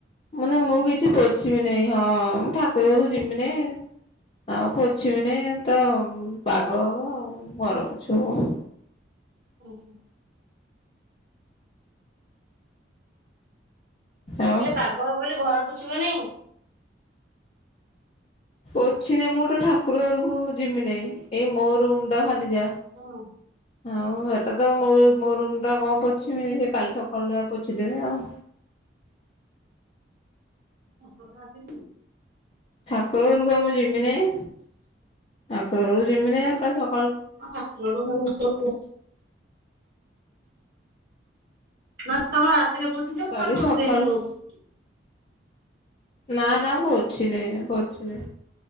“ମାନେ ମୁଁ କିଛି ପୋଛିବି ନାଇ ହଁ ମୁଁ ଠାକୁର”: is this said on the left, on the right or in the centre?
Left